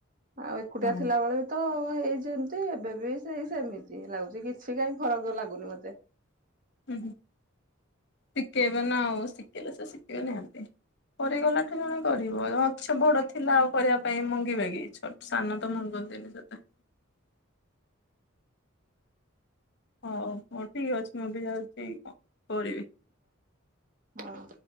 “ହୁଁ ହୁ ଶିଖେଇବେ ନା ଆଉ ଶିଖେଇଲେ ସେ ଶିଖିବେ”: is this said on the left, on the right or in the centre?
Left